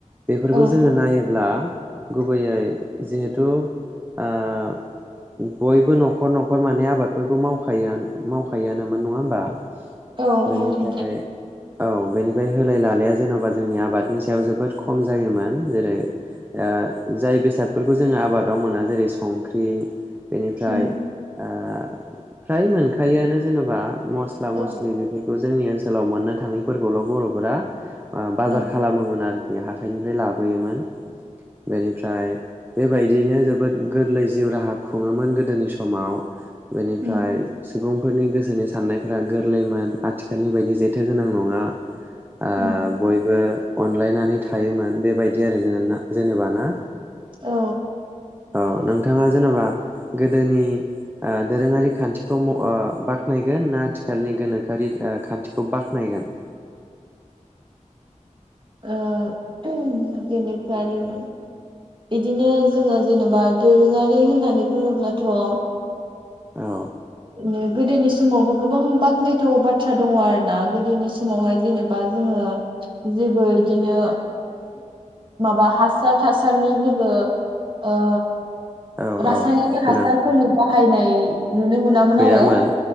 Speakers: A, on the right; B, on the right.
A: बेफोरखौ
B: औ
A: जोङो नायोब्ला गुबैयै जिहेथु ओ बयबो नखर नखर माने आबादफोरखौ मावखायो मावखायोनो मोन नङा होमबा
B: औ
A: बेनिफ्राय
B: मावो नोंथां
A: औ बेनि बे होलाय लालाया जेनबा जोंनि आबादनि सायाव जोबोद खम जायोमोन जेरै ओ जाय बेसादफोरखौ जोङो आबादाव मोना जेरै संख्रि बेनिफ्राय
B: उम
A: ओ फ्राय मोनखायोआानो जेन बा मस्ला मस्लि
B: औ
A: बेफोरखौ जोंनि ओनसोल सोलाव मोननो थाङैफोरखौल बर'फोरा ओ बाजार
B: औ
A: खालामोमोन आरो बे हाथाइनिफ्राय लाबोयोमोन बेनिफ्राय बेबायदियैनो जोबोद गोरलै जिउ राहा खुङोमोन गोदोनि समाव। बेनिफ्राय
B: उम
A: सुबुंफोरनि गोसो सोनि साननायफ्रा गोरलैमोन आथिखालनि बायदि जेथो गोनां नङा। ओ
B: उम
A: बयबो अनलायनानै थायोमोन बेबायदि आरो जेने-जेनेबा ना।
B: औ।
A: औ नोंथाङा जेनबा गोदोनि ओ दोरोङारि खान्थिखौ म ओ बाख नायगोन ना आथिखालनि गोनोखोआरि ओ खान्थिखौ बाख्नायगोन?
B: ओ गोनोखोआरिमोन बिदिनो जोङो जेनेबा दोरोङारि होननानै बुङोब्लाथ'
A: औ।
B: उम गोदोनि समावबो गोबां बाख्नायथाव बाथ्रा दङ आरोना गोदोनि समावहाय जेनेबा जोङो जेबो इदिनो माबा हासार थासारनि जेबो ओ
A: औ
B: रासायनिक
A: औ गोनां
B: हासारफोरनि बाहायनाय नुनो मो मोन
A: गैयामोन
B: आरो